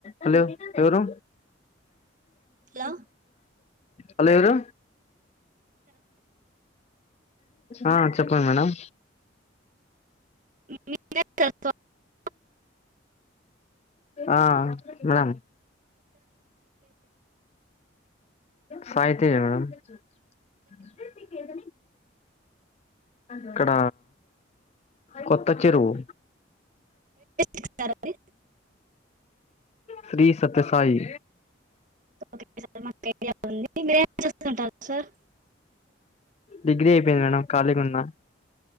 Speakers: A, on the left (about 35°); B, on the right (about 40°).
A: hello ఎవరు
B: లో
A: hello ఎవరు ఆ చెప్పండి మేడం
B: మీ <inaudible>
A: ఆ మామ్ సాయి తేజ మేడం స ఏద ఇక్కడ కొత్త చెరువు
B: సార్ అది
A: శ్రీ సత్య సాయి
B: ఓకే మాకు ఐడియా ఉంది ఏం చేసుకుంటారు సార్
A: డిగ్రీ అయిపోయింది మేడం కఖాళీగా ఉన్నా